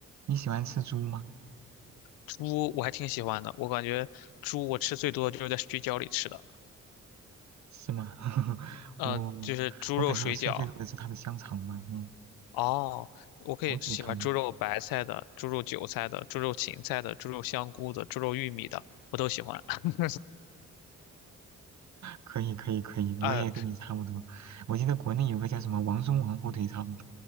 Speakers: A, on the right (about 55°); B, on the left (about 80°).
A: 你喜欢吃猪吗？
B: 猪我还挺喜欢的，我感觉猪我吃最多就是在水饺里吃的，
A: 是吗？<laughs>
B: 呃，
A: 我
B: 就是猪肉水饺。
A: 我感觉我吃的最多的是它的香肠吧，嗯，
B: 哦，我可以喜欢猪肉白菜的、
A: 火腿肠
B: 猪肉韭菜的、猪肉芹菜的、猪肉香菇的、猪肉玉米的，我都喜欢。<laughs>
A: 可以可以可以，
B: 呃，
A: 我也跟你差不多。我记得国内有个叫什么王中王火腿肠，